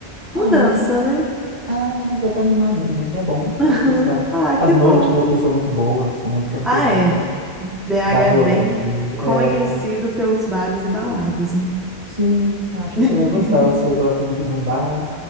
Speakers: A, on the right; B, in the centre.
A: Ah,
B: Mudança,
A: mas.
B: né?
A: Ah, mas é pra animar mesmo, aqui é bom, você
B: Aham.
A: vai gostar.
B: Ah,
A: As
B: que
A: noites
B: bom.
A: aqui são muito boas, são muito tranquilinhas.
B: Ah, é. BH
A: Dá rolê
B: é bem
A: aqui.
B: conhecido
A: É,
B: pelos bares e baladas, né?
A: sim, acho
B: <laughs>
A: que você vai gostar. Você gosta muito de um bar.